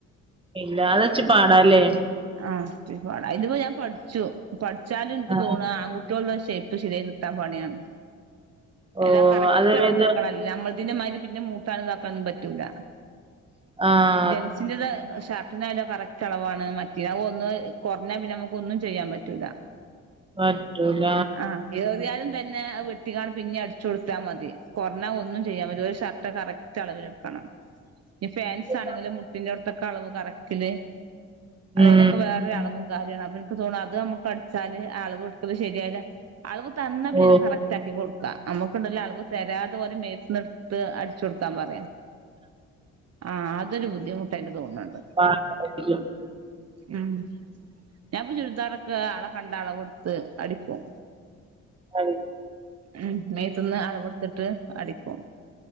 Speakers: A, on the right; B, on the right.
A: ഇല്ല അത ഇച്ച് പാട ഇല്ലേ
B: ആ ഇച്ചിരിപ്പാടാ ഇതിപ്പോ ഞാൻ പഠിച്ചു പഠിച്ചാലും എനിക്ക്
A: ആ
B: തോന്നു ആൺ എനിക്ക് തോന്നുന്നു ഷേപ്പ് ശരിയ കിട്ടാൻ പണിയാണ്
A: ഓ
B: എല്ലാം കറക്റ്റ്
A: അത്
B: അളവ്
A: ഏത്
B: എടുക്കണ നമ്മളതിന്റെ മാതിരി പിന്നെ മൂട്ടാനതാക്കാനന്നും പറ്റൂല
A: ആഹ്
B: ജെൻസിൻ്റേത് ഷർ എന്നാലോ കറക്റ്റ് അളവാണ് മറ്റ ഒന്ന് കുറഞ്ഞാ പിന്നെ നമുക്ക് ഒന്നും ചെയ്യാൻ പറ്റൂല
A: പറ്റൂല
B: ആഹ് എറിയാലും തന്നെ അത് വി ട്ടിക്കാണ്ട് പിന്നെ അടിച്ചു കൊടുത്താൽ മതി കൊറഞ്ഞ ഒന്നും ചെയ്യാൻ പറ്റൂല ഒരു ഷർട്ട് കറക്റ്റ് അളവിലെടുക്കണം ഫെൻസ് ആണെങ്കിലും
A: ആ
B: മുട്ടിന്റെ അടത്തൊക്കെ അളവ് കറക്കില്
A: ഉം
B: അതിനൊക്കെ വേറെ അളവും കാര്യമാണ് അപ്പൊ എനിക്ക് തോന്നും അത് നമുക്ക് അടിച്ചാല് അളവ് എടുക്കത് ശരിയല്ല അളവ് തന്ന പിന്നെ
A: ഓ
B: കറക്റ്റ് ക്കി കൊടുക്കാം നമുക്കുണ്ടല്ല അളവ് തരാതെ പോലെ മേത്ന്ന എടുത്ത് അടിച്ചു കൊടുക്കാൻ പറയാം ആഹ് അതൊരു ബുദ്ധിമുട്ടായിട്ട് തോന്നുന്നുണ്ട്
A: മ
B: ഉം ഞാൻപ്പൊ ചുരിദാറൊക്കെ ആളെ കണ്ട അളവ് എടുത്ത് അടിക്കും
A: അതെ
B: ഉം മേത്ത്ന്ന് അളവ്ഇട്ത്തിട്ട് അടിക്കും